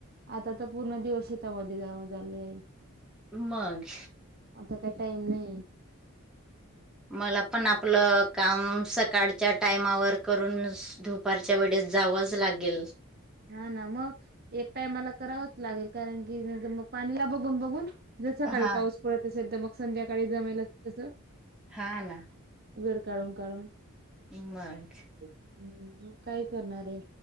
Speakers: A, on the right; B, in the centre.
A: आता त पूर्ण दिवस शेतामध्ये जावं, झालंय.
B: मग.
A: आता काय, टाईम नाही.
B: मला पण आपलं, काम सकाडच्या टायमावर करून स दुपारच्या वेडेस, जावंच लागेल.
A: हा, ना मग. एक टायमाला करावंच लागेल. कारण की, ज मग पाणीला बघून - बघून जर सकाळी
B: हा.
A: पाऊस पडत असेल, तर मग संध्याकाळी जमेल तसं
B: हा ना
A: वेड काढून - काढून.
B: मग.
A: हम्म. मग काय करणारए?